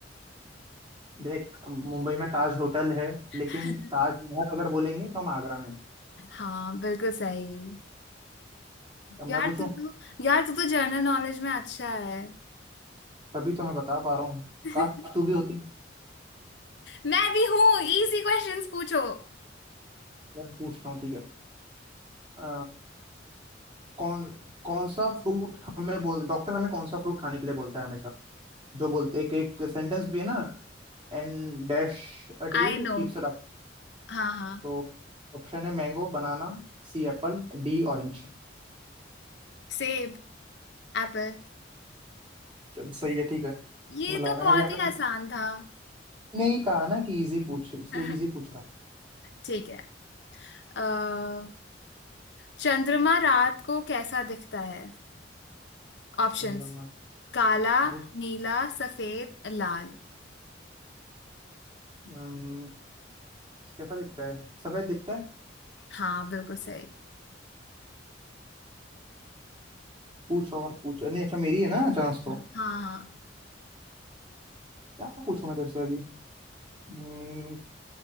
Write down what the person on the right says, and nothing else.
देख मुंबई में ताज होटल है लेकिन
ताजमहल अगर बोलेंगे तो हम आगरा में हैं।
अब
मैं पूछूं
तभी तो मैं बता पा रहा हूँ
काश तू भी होती
मैं पूछता हूँ ठीक है अ, कौन कौन सा फ्रूट हमें बोल डॉक्टर हमें कौन सा फ्रूट खाने के लिए बोलता है हमेशा जो बोलते एक एक सेंटेंस भी है ना and dash a day
keeps it up
तो ऑप्शन है mango banana C apple D orange
सही है ठीक है मतलब
है
ना अभी आपने
नहीं कहा ना कि इजी पूछ इसलिए
इजी पूछ रहा
है मतलब,
पूछ
अम्म, कैसा दिखता है सफेद दिखता है
पूछ और पूछ नहीं अच्छा मेरी है ना चांस तो
क्या पूछूं मैं तेरे से अभी अम्म,